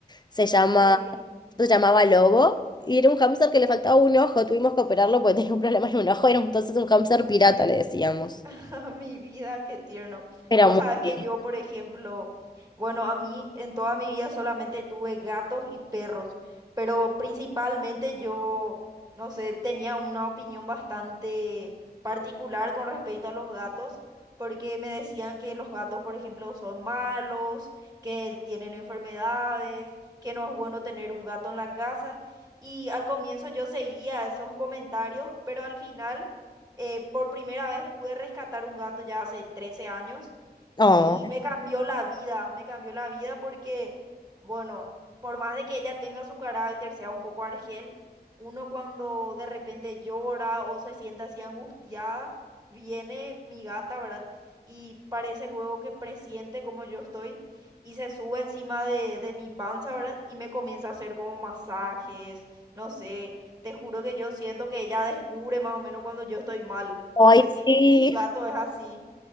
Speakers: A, on the left (about 25°); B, on the right (about 20°).
A: se llama,
B: sí.
A: se llamaba Lobo y era un hámster que le faltaba un ojo. Tuvimos que operarlo porque <laughs> tenía un problema en un ojo. Era entonces un hámster pirata, le decíamos.
B: <laughs> Mi vida, qué tierno.
A: Era
B: Vos
A: muy
B: sabés
A: lindo.
B: que yo, por ejemplo, bueno, a mí en toda mi vida solamente tuve gatos y perros, pero principalmente yo, no sé, tenía una opinión bastante particular con respecto a los gatos, porque me decían que los gatos, por ejemplo, son malos, que tienen enfermedades, que no es bueno tener un gato en la casa. Y al comienzo yo seguía esos comentarios, pero al final... Eh, por primera vez pude rescatar un gato ya hace 13 años
A: Oh,
B: y me cambió la vida, me cambió la vida porque, bueno, por más de que ella tenga su carácter, sea un poco argel, uno cuando de repente llora o se siente así angustiada, viene mi gata, ¿verdad? Y parece luego que presiente como yo estoy y se sube encima de, de mi panza, ¿verdad? Y me comienza a hacer como masajes, no sé, te juro que yo siento que ella descubre más o menos cuando yo estoy mal.
A: ay,
B: No sé si
A: sí.
B: tu gato es así.